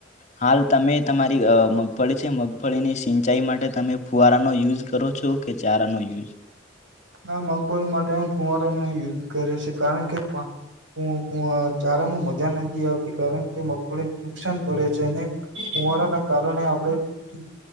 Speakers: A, on the left (about 35°); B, on the right (about 80°).
A: હાલ તમે તમારી મગફળી છે મગફળીની સિંચાઈ માટે તમે ફુવારાનો યુઝ કરો છો કે ચારાનો યુઝ
B: આ મગફળી માટે ફુવારાને યુઝ કરે છે, કારણ કે પા પૂ પૂ અ ચારામાં મજા નથી આવતી કારણ કે મગફળીને નુકસાન પડે છેને. કુવારા ના કારણે આપણેે